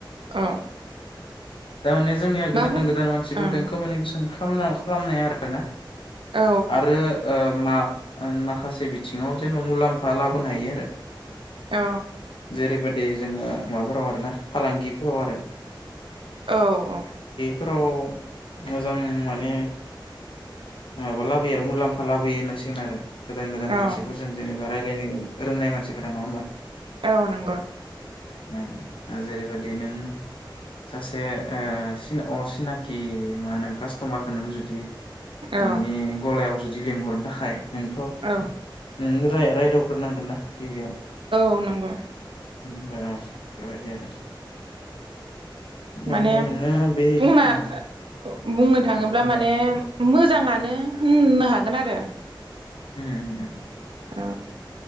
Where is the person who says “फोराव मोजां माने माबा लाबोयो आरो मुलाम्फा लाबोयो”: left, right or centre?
Left